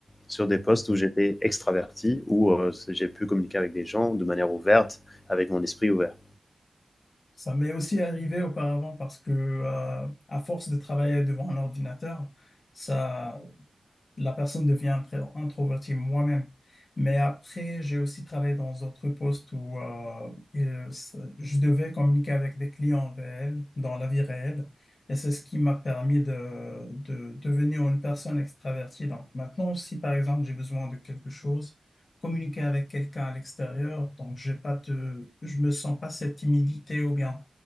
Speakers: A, on the left (about 25°); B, on the left (about 55°).
A: sur des postes où j'étais extraverti, où euh, j'ai pu communiquer avec des gens de manière ouverte, avec mon esprit ouvert.
B: Ça m'est aussi arrivé auparavant parce que, euh, à force de travailler devant un ordinateur, ça, la personne devient intro- introvertie moi-même. Mais après, j'ai aussi travaillé dans d'autres postes où euh, il- ça- je devais communiquer avec des clients réels, dans la vie réelle. Et c'est ce qui m'a permis de, de devenir une personne extravertie. Donc maintenant, si par exemple j'ai besoin de quelque chose, communiquer avec quelqu'un à l'extérieur, donc j'ai pas de, je me sens pas cette timidité ou bien